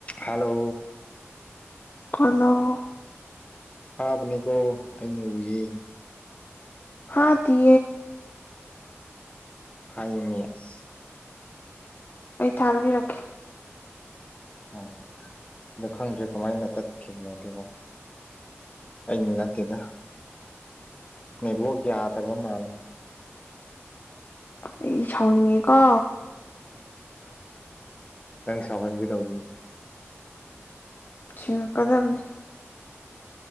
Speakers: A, on the left; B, on the left.
A: hello
B: hello
A: ꯀꯅꯤꯀꯣ ꯑꯩꯅ ꯎꯏ
B: ꯍꯥ ꯇꯦ
A: ꯐꯥꯏ ꯃꯌꯥꯔꯁ
B: ꯊꯌꯥꯔꯕꯤꯔꯈꯤꯦ
A: ꯑꯣ ꯑ ꯈꯪꯗ꯭ꯔꯦ ꯀꯃꯥꯏꯅ ꯇꯠꯈꯤꯕꯅꯣ ꯑꯗꯨꯦꯕꯣ ꯑꯟꯅꯠꯇꯗ ꯕꯨ ꯌꯥꯗꯕ ꯃꯥꯂꯦ
B: ꯑꯩ ꯁꯥꯎꯅꯤꯡꯉꯦꯀꯣ
A: ꯁꯃꯥꯟꯒꯤꯗ ꯎꯅꯤ
B: ꯁꯤꯉ ꯀꯗꯕꯅꯤ